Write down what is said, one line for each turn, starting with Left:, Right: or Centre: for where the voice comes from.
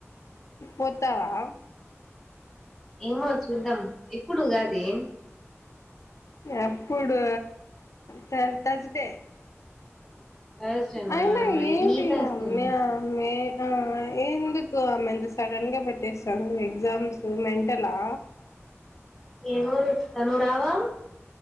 Left: పోతావా
Centre: ఏమో చూద్దాం ఎప్పుడు ఉగాది
Left: ఎప్పుడు త తజ డే
Centre: థర్స్డేనా
Left: అయినా ఏంటి
Centre: ఈత వస్తాను
Left: అమ్మ ఆమ్మె ఆ ఎందుకు ఎకు ఆమె ఎంత సడన్గా పెట్టేసాను ఎగ్జామ్స్ మెంటలా
Centre: యిమోరో వచ్చి నువ్వు రావా